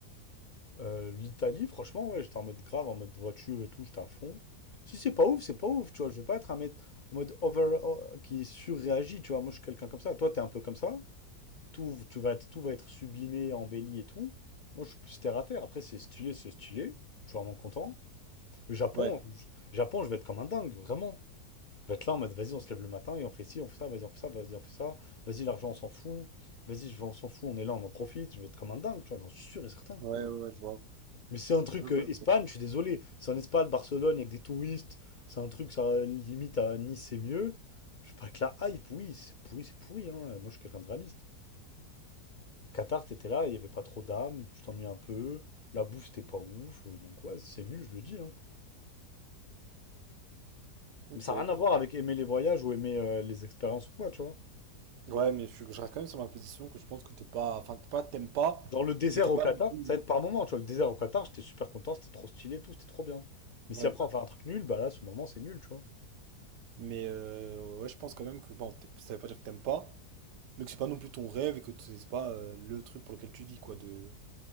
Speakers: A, on the left (about 55°); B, on the right (about 80°).
A: Euh, l'Italie, franchement, ouais, j'étais en mode grave, en mode voiture et tout, j'étais à fond. Si c'est pas ouf, c'est pas ouf, tu vois. Je vais pas être un mec en mode over oh, qui surréagit, tu vois. Moi, je suis quelqu'un comme ça. Toi, t'es un peu comme ça. Tout, tu vas être, tout va être sublimé, embelli et tout. Moi, je suis plus terre à terre. Après, c'est stylé, c'est stylé. Je suis vraiment content. Le Japon,
B: Ouais,
A: je- Japon, je vais être comme un dingue, vraiment. On va être là en mode, vas-y, on se lève le matin et on fait ci, on fait ça, vas-y, on fait ça, vas-y, on fait ça. Vas-y, l'argent, on s'en fout. Vas-y, je on s'en fout, on est là, on en profite. Je vais être comme un dingue, tu vois, j'en suis sûr et certain.
B: ouais, ouais, ouais, je vois.
A: Mais c'est un truc
B: Je vois,
A: euh, Espagne,
B: je vois.
A: je suis désolé. C'est en Espagne, Barcelone, avec des touristes. C'est un truc, ça euh, limite à Nice, c'est mieux. Je sais pas que la hype, oui, c'est pourri, c'est pourri, hein. Euh, Moi, je suis quelqu'un de réaliste. Qatar, t'étais là, il y avait pas trop d'âme, tu t'ennuyais un peu. La bouffe, c'était pas ouf. euh, Donc, ouais, c'est nul, je le dis, hein.
B: Ok.
A: Mais ça n'a rien à voir avec aimer les voyages ou aimer euh, les expériences ou quoi, tu vois.
B: Ouais, mais je, suis- je reste quand même sur ma position que je pense que t'es pas. Enfin, t'es pas, t'aimes pas,
A: Genre le désert
B: mais t'es
A: au
B: pas
A: Qatar,
B: non plus.
A: ça aide par moment, tu vois. Le désert au Qatar, j'étais super content, c'était trop stylé et tout, c'était trop bien. Mais
B: Ouais.
A: si après on fait un truc nul, bah là, ce moment, c'est nul, tu vois.
B: Mais euh, ouais, je pense quand même que bon, t'es- ça veut pas dire que t'aimes pas, mais que c'est pas non plus ton rêve et que c'est c'est pas euh, le truc pour lequel tu vis, quoi, de,